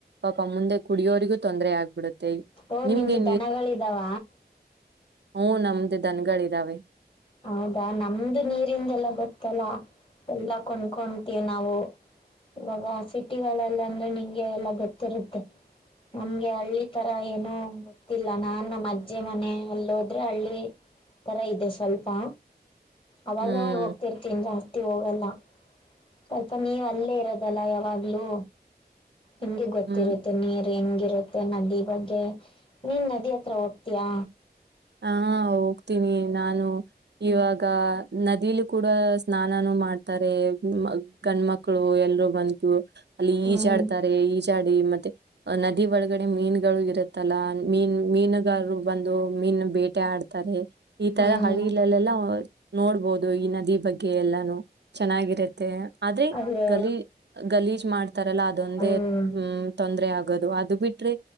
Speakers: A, on the right; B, on the left.
A: ಪಾಪ ಮುಂದೆ ಕುಡಿಯೋರಿಗೂ ತೊಂದರೆ ಆಗ್ಬಿಡುತ್ತೆ
B: ಓ
A: ನಿಮ್ಗೆ
B: ನಿಮ್ದು ದನಗಳಿದಾವ
A: ಹ್ಮ ನಮ್ದು ದನ್ಗಳ ಇದ್ದಾವೆ
B: ಹೌದಾ ನಮ್ದು ನೀರಿಂದ ಎಲ್ಲ ಗೊತ್ತಲ್ಲ ಎಲ್ಲ ಕೊಂಡ್ಕೊಂತೀವಿ ನಾವು ಇವಾಗ ಸಿಟಿಗಳಲ್ಲ ಅಂದ್ರೆ ನಿಂಗೆ ಎಲ್ಲಾ ಗೊತ್ತಿರುತ್ತೆ ನಮ್ಗೆ ಹಳ್ಳಿ ತರ ಏನೋ ಗೊತ್ತಿಲ್ಲ ನಾನ್ ನಮ್ಮ ಅಜ್ಜಿ ಮನೆ ಅಲ್ಲ ಹೋದ್ರೆ ಹಳ್ಳಿ ತರ ಇದೆ ಸ್ವಲ್ಪ ಅವಾಗವಾಗ
A: ಹ್ಮ್
B: ಹೋಗ್ತಿರ್ತೀನಿ ತ್ತಿವೋಗಲ್ಲ ಸ್ವಲ್ಪ ನೀವ್ ಅಲ್ಲೇ ಇರೋದಲ್ಲ ಯಾವಾಗ್ಲೂ. ನಿಮ್ಗೆ ಗೊತ್ತಿರುತ್ತೆ
A: ಹ್ಮ್
B: ನೀಯರ್ ಹೆಂಗಿರುತ್ತೆ ನದಿ ಬಗ್ಗೆ ನೀನ್ ನದಿ ಹತ್ರ ಹೋಗ್ತಿಯಾ.
A: ಹಾ ಹೋಗ್ತೀನಿ ನಾನು ಇವಾಗ ನದಿಲು ಕೂಡ ಸ್ನಾನಾನು ಮಾಡ್ತಾರೆ ಗಂಡ್ಮಕ್ಳು ಎಲ್ರೂ ಬಂದು. ಅಲ್ಲಿ
B: ಹ್ಮ್
A: ಈಜಾ ಆಡ್ತಾರೆ ಈಜ್ ಗಾಡಿ ಮತ್ತೆ ನದಿ ಒಳಗಡೆ ಮೀನುಗಳು ಇರುತ್ತಲ್ಲ ಮೀನ್ ಮೀನುಗಾರರು ಬಂದು ಮೀನ್ ಬೇಟೆ ಆಡ್ತಾರೆ. ಈ
B: ಹ್ಮ್
A: ತರ ಹಳಿಗಳ್ಲೆಲ್ಲ ನೋಡ್ಬೋದು ಈ ನದಿ ಬಗ್ ಎಲ್ಲಾನು ಚೆನ್ನಾಗಿರುತ್ತೆ ಆದ್ರೆ
B: ಅಯ್ಯೋ
A: ಗಲಿ ಗಲೀಜ್ ಮಾಡ್ತಾರಲ್ಲ ಅದೊಂದೇ
B: ಹ್ಮ್
A: ಉ ತೊಂದ್ರರೆ ಆಗ್ ಗದು ಅದು ಬಿಟ್ ಟ್ರ್